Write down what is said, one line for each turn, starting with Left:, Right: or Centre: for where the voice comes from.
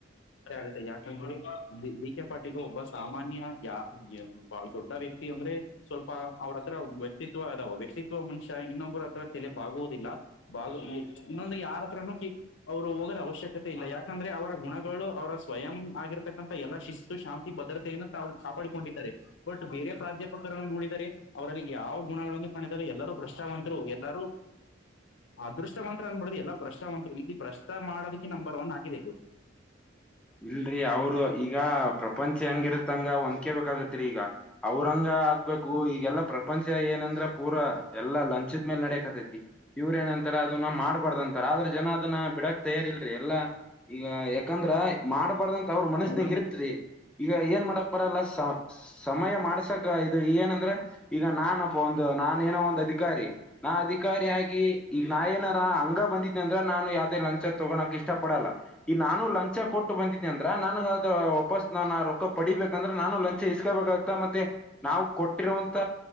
Left: ಆಗುತ್ತೆ ಯಾಕಂದ್ರೆ ಬಿ ಕೆ ಪಾಟೀಲು ಒಬ್ಬ ಸಾಮಾನ್ಯ ಯ <unintelligible> ಬಾಲ <unintelligible> ಡ್ಡಾ ರೀತಿಯ ಅಂದ್ರೆ ಸ್ವಲ್ಪ ಅವ್ರತ್ರ ವ್ಯಕ್ತಿತ್ವ ಅದಾವ ವ್ಯಕ್ತಿತ್ವ ಮನುಷ್ಯ ಇನ್ನೊಬ್ಬರ ಹತ್ರ ತೆಲೆ ಬಾಗುವುದಿಲ್ಲ. ಬಾಗ ಇನ್ನೊಂದ ಯಾರತ್ರನು <unintelligible> ಅವ್ರು ಹೋಗದ ಅವಶ್ಯಕತೆ ಇಲ್ಲ ಯಾಕಂದ್ರೆ ಅವರ ಗುಣಗಳು ಅವರ ಸ್ವಯಂ ಆಗಿರತಕ್ಕಂತ ಎಲ್ಲಾ ಶಿಸ್ತು ಶಾಂತಿ ಭದ್ರ <unintelligible> ಕಾಪಾಡಿಕೊಂಡಿದ್ದಾರೆ ಬಟ್ ಬೇರೆ ಪ್ರಾಧ್ಯಾಪಕರನ್ನು ನೋಡಿದರೆ ಅವರಲ್ಲಿ ಯಾವ ಗುಣಗಳನ್ನು ಕಾಣಿದರೆ ಎಲ್ಲರೂ ಭ್ರಷ್ಟಾವಂತರು ಎಲ್ಲಾರೂ ಅದೃಷ್ಟವಂತರ ಅಂದಬಿಡ್ರಿ ಎಲ್ಲಾ ಭ್ರಷ್ಟಾವಂಂತರು ಇಲ್ಲಿ ಭ್ರಷ್ಟ ಮಾಡೋದಕ್ಕೆ ನಂಬರ್ ಒನ್ ಆಗಿದೆ ಇದು
Centre: ಇಲ್ರರಿ ಅವರು ಈಗ ಪ್ರಪಂಚ ಹೆಂಗಿರತ್ತಂಗ ಒಂದ್ಕೇಬೇಕಾಗತ್ರಿ ಈಗ ಅವರಂಗ ಆಗ್ಬೇಕು ಈಗೆಲ್ಲಾ ಪ್ರ ಪಂಚ ಏನಂದ್ರ ಪೂರ ಎಲ್ಲಾ ಲಂಚದ ಮೇಲ್ ನಡಕ್ತೈತಿ ಇವ್ರ ಏನಂತಾರೆ ಅದನ್ನ ಮಾಡ್ಬಾರ್ದಂತ ತರ ಆದ್ರ ಜನ ಅದನ್ನ ಬಿಡಕ್ ತಯಾರಿಲ್ರಿ ಎಲ್ಲಾ ಈಗ ಯಾಕಂದ್ರ ಮಾಡ್ಬಾರ್ದಂತ ಅವ್ರ ಮನಸ್ಸನಿಗೆ
Left: ಇನ್ನೊಂದು
Centre: ಇರ್ತ್ರಿ ಈಗ ಏನ್ ಮಾಡಕ್ ಬರಲ್ಲ ಸಮಯ ಮಾಡ್ಸಕ ಇದು ಏನಂದ್ರೆ ಈಗ ನಾನೋಬ ಒಂದು ನಾನ ಏನೋ ಒಂದು ಅಧಿಕಾರಿ ನಾ ಅಧಿಕಾರಿಯಾಗಿ ಈಗ ನಾ ಏನಾರ ಹಂಗ ಬಂದಿದ ಅಂದ್ರ ನಾನು ಯಾವವುದೇ ಲಂಚ ತೊಗೋಳಕ್ ಇಷ್ಟ ಪಡಲ್ಲ ಈ ನಾನು ಲಂಚ ಕೊಟ್ಟು ಬಂದಿದ್ದನಿ ಅಂದ್ರ ನಾನು ನ ವಾಪಾಸ್ ನಾ ಆ ರೊಕ್ಕ ಪಡಿಬೇಕಂದ್ರೆ ನಾನು ಲಂಚ ಇಸ್ಕೊಬೇಕತ್ತ ಮತ್ತೆ ನಾವು ಕೊಟ್ಟಿರುವಂತ